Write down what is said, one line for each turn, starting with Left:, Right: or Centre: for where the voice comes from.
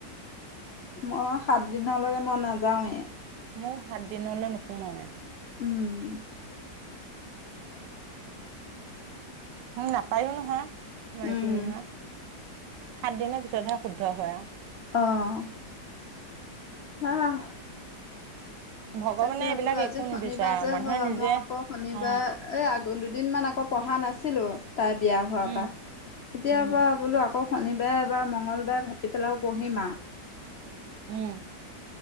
Left: মই সাত দিনলৈকে মই নাযাওঁৱে।
Right: ময়ো সাত দিনলৈ নোসোমাওৱে।
Left: উম।
Right: উম নাপায়ো নহয়। মাইকী
Left: উম,
Right: মানুহে। সাত দিনৰ পিছতহে শুদ্ধ হয় আৰু
Left: অহ অহ
Right: ভগৱানে
Left: তাকে
Right: এইবিলাক
Left: বোলো আজি
Right: একো
Left: শনিবাৰ
Right: নিবিচাৰে
Left: যে
Right: মানুহে
Left: হয়।
Right: নিজে
Left: মই আকৌ শনিবাৰ
Right: অ
Left: এই আগ দুদিনমান আকৌ পঢ়া নাছিলো। তাই বিয়া হোৱাৰ
Right: উম
Left: পৰা, এতিয়াৰ
Right: উম
Left: পৰা বোলো আকৌ শনিবাৰে বা মঙ্গল বাৰে ভাটি পেলাই পঢ়িম আও
Right: উম